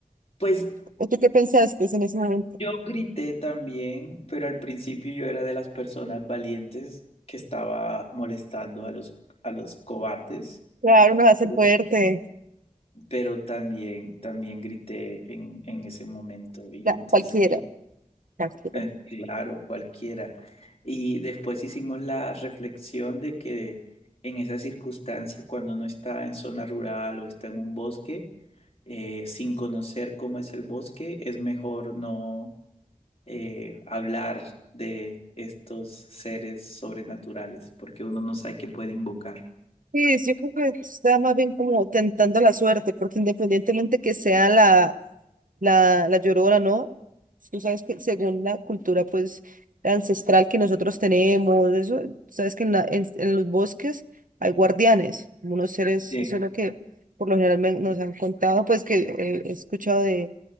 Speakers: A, on the left; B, on the right.
A: Pues
B: ¿O tú qué pensaste en ese momento?
A: yo grité también, pero al principio yo era de las personas valientes que estaba molestando a los, a los cobardes,
B: Claro, uno hace
A: pero,
B: fuerte,
A: pero también, también grité en, en ese momento y
B: la-
A: entonces
B: cualquiera.
A: que
B: Prácticamente.
A: Eh, Claro, cualquiera. Y después hicimos la reflexión de que en esas circunstancias, cuando uno está en zona rural o está en un bosque, eh, sin conocer cómo es el bosque, es mejor no eh, hablar de estos seres sobrenaturales, porque uno no sabe qué puede invocar.
B: Sí, yo creo que está más bien como tentando la suerte, porque independientemente que sea la, La, la llorona, ¿no? Tú sabes que según la cultura, pues, ancestral que nosotros tenemos, eso, sabes que en, la- en- en los bosques hay guardianes, como unos seres,
A: Sí,
B: eso es lo que por lo general me han- nos han contado, pues, que eh, he escuchado de,